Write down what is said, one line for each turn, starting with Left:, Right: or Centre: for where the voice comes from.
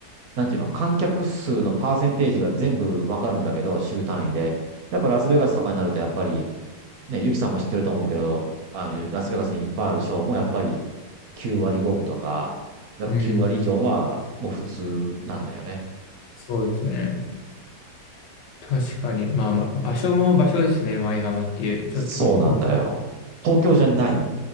Right: なんていうの、観客数のパーセンテージが全部わかるんだけど、週単位で。やっぱラスベガスとかになると、やっぱり、ね、ユキさんも知ってると思うけど、あの、ラスベガスにいっぱいあるショーも、やっぱり9割5分とか、やっぱ9割以上はもう普通なんだよね。
Left: うん、そうですよね。確かに。まあまあ、場所も場所ですね。舞浜っていう。ちょっとぶ、
Right: そうなんだよ。
Left: うん
Right: 東京じゃない